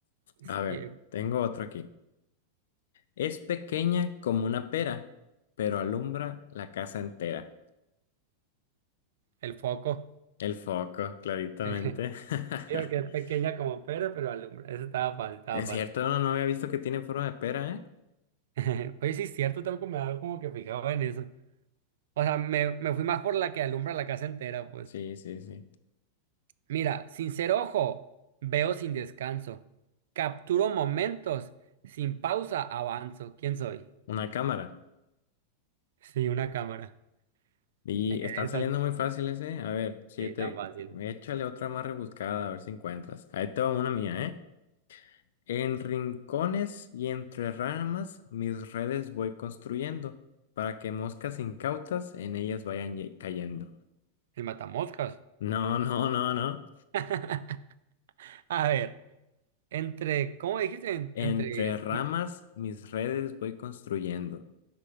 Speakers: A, on the right; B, on the left.
A: Sí,
B: A ver,
A: el,
B: tengo otro aquí. Es pequeña como una pera, pero alumbra la casa entera.
A: el foco.
B: El foco, claritamente.
A: <laughs> Digo
B: <laughs>
A: que es pequeña como pera, pero alumbra. Esa estaba fácil, estaba
B: Es
A: fácil.
B: cierto, no, no había visto que tiene forma de pera, ¿eh?
A: <laughs> Oye, sí es cierto, tampoco me daba como que fijaba en eso. O sea, me, me fui más por la que alumbra la casa entera, pues.
B: Sí, sí, sí.
A: Mira, sin ser ojo, veo sin descanso. Capturo momentos, sin pausa avanzo. ¿Quién soy?
B: Una cámara.
A: Sí, una cámara.
B: Y
A: <laughs> Es
B: están saliendo
A: tan,
B: muy fáciles, ¿eh? A ver, siete.
A: sí, tan fácil.
B: Échale otra más rebuscada, a ver si encuentras. Ahí te va una mía, ¿eh? En rincones y entre ramas mis redes voy construyendo para que moscas incautas en ellas vayan ye- cayendo.
A: El matamoscas.
B: No, no, no, no.
A: <laughs> A ver, entre, ¿cómo dijiste? En-
B: Entre
A: Entre, esqui-
B: ramas mis redes voy construyendo